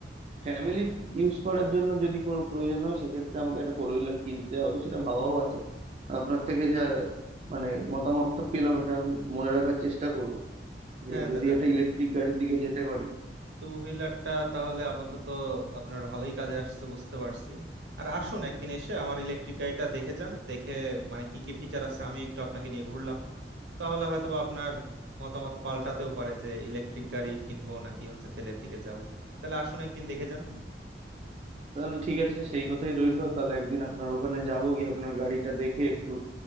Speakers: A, on the right (about 35°); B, on the right (about 75°).
A: ফ্যামিলি ইউজ করার জন্য যদি কোনো প্রয়োজন হয় সেক্ষেত্রে আমাকে একটা ফোর হুইলার কিনতে হবে সেটা ভাবাও আছে আপনার থেকে যা মানে মতামতটা পেলাম এটা আমি মনে রাখার চেষ্টা করব যে
B: হ্যাঁ
A: যদি
B: দাদা
A: একটা ইলেকট্রিক গাড়ির দিকে যেতে পারি
B: টু হুইলারটা তাহলে আপাতত আপনার ভালোই কাজে আসছে বুঝতে পারছি আর আসুন একদিন এসে আমার ইলেকট্রিক গাড়িটা দেখে যান দেখে মানে কি কি ফিচার আছে আমি একটু আপনাকে নিয়ে ঘুরলাম তাহলে হয়তোবা আপনার মতামত পাল্টাতেও পারে যে ইলেকট্রিক গাড়ি কিনবো নাকি হচ্ছে তেলের দিকে যাব তাহলে আসুন একদিন দেখে যান
A: তাহলে ঠিক আছে সেই কথাই রইলো তাহলে একদিন আপনার ওখানে যাবো গিয়ে আপনার গাড়িটা দেখে একটু